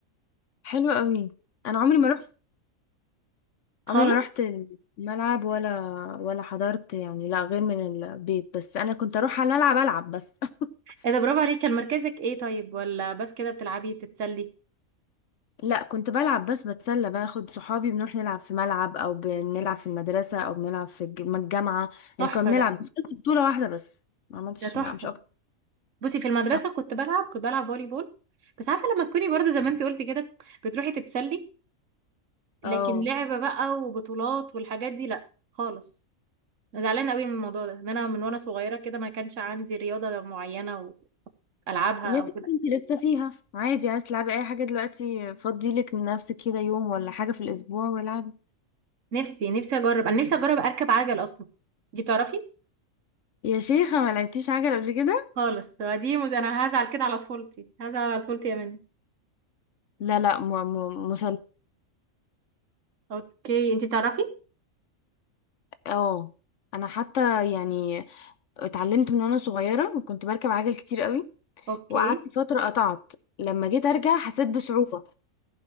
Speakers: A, on the left (about 65°); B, on the right (about 65°).
A: حلو قوي انا عمري ما رحت
B: خالص
A: عمري ما رحت الملعب ولا ولا حضرت يعني لا غير من البيت بس انا كنت اروح على الملعب العب بس <laughs>
B: ايه ده برافو عليك كان مركزك ايه طيب ولا بس كده بتلعبي تتسلي
A: لا كنت بلعب بس بتسلى باخد صحابي بنروح نلعب في ملعب او بنلعب في المدرسة او بنلعب في الج- الجامعة يعني
B: تحفه
A: كنا بنلعب
B: ده
A: دخلت بطولة واحدة بس ما عملتش
B: ده تحفه
A: ما مش اكتر
B: بصي في المدرسه
A: اه
B: كنت بلعب كنت بلعب فولي بول بس عارفه لما تكوني برضه زي ما انت قلتي كده بتروحي تتسلي لكن
A: أه.
B: لعبه بقى وبطولات والحاجات دي لا خالص انا زعلانه قوي من الموضوع ده ان انا من وانا صغيره كده ما كانش عندي رياضه معينه والعبها
A: يا
B: او
A: ستي
B: كده
A: انت لسه فيها عادي عايز تلعبي اي حاجه دلوقتي فضي لك لنفسك كده يوم ولا حاجه في الاسبوع والعبي
B: نفسي نفسي اجرب انا نفسي اجرب اركب عجل اصلا دي بتعرفي
A: يا شيخه ما لعبتيش عجل قبل كده
B: خالص دي مز... انا هزعل كده على طفولتي هزعل على طفولتي يا منى
A: لا لا م م مسل
B: اوكي انتي بتعرفي
A: اه انا حتى يعني اتعلمت من وانا صغيره وكنت بركب عجل كتير قوي
B: اوكي
A: وقعدت فتره قطعت لما جيت ارجع حسيت بصعوبه